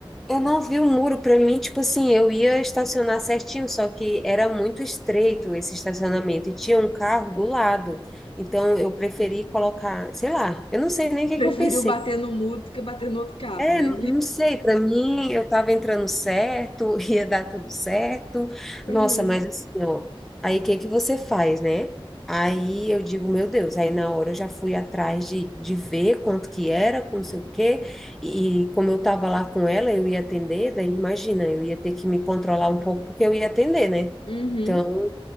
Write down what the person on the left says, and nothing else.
Preferiu
bater no muro do que bater no outro carro,
né?
Uhum.
Uhum.